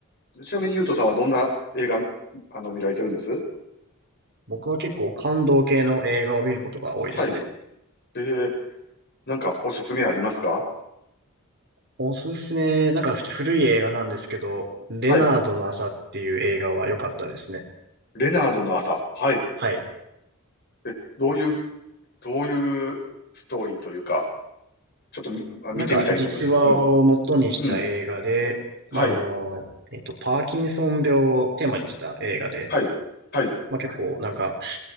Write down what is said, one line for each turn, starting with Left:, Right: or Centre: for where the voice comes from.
Left: ちなみに、ゆうとさんはどんな映画、あの、見られてるんです
Right: 僕は結構感動系の映画を見ることが多いですね。
Left: はい。で、なんかおすすめありますか
Right: おすすめ、なんかふ古い映画なんですけど、レナードの朝っていう映画は良かったですね。
Left: はい。レナードの朝。はい。
Right: はい。
Left: え、どういう、どういうストーリーというか、ちょっとみ、あ見てみたいと思います。
Right: なんか実話を元にした映画で、
Left: うん。うん。はい。
Right: まあ、あの、えっと、パーキンソン病をテーマにした映画で、
Left: はい。はい。
Right: まあ、結構なんか、